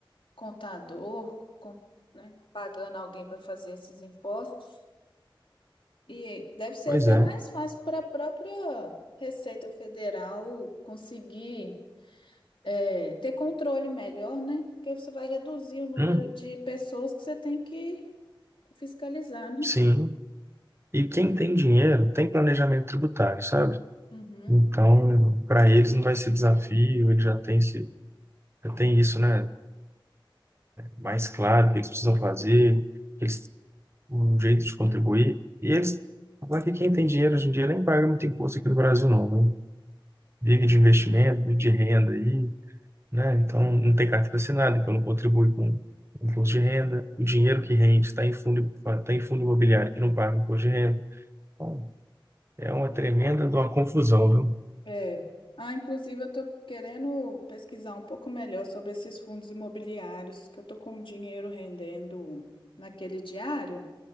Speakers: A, on the left (about 75°); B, on the right (about 30°).
A: contador, com, né? Pagando alguém para fazer esses impostos. E deve ser
B: pois
A: até
B: é.
A: mais fácil para a própria Receita Federal conseguir é, ter controle melhor, né? Porque você vai reduzir o número
B: Uhum,
A: de pessoas que você tem que fiscalizar, né?
B: sim. E quem tem dinheiro tem planejamento tributário, sabe?
A: Uhum.
B: Então, para eles não vai ser desafio, eles já têm esse, já tem isso, né? Mais claro o que eles precisam fazer, eles um jeito de contribuir. E eles, lá que quem tem dinheiro hoje em dia nem paga muito imposto aqui no Brasil, não, né? Vive de investimento, vive de renda aí, né? Então, não tem carteira assinada, então não contribui com imposto de renda. O dinheiro que rende está em fundo, tá em fundo imobiliário que não paga imposto de renda. Então, é uma tremenda de uma confusão, viu?
A: É. Ah, inclusive eu estou querendo pesquisar um pouco melhor sobre esses fundos imobiliários, que eu estou com o dinheiro rendendo naquele diário,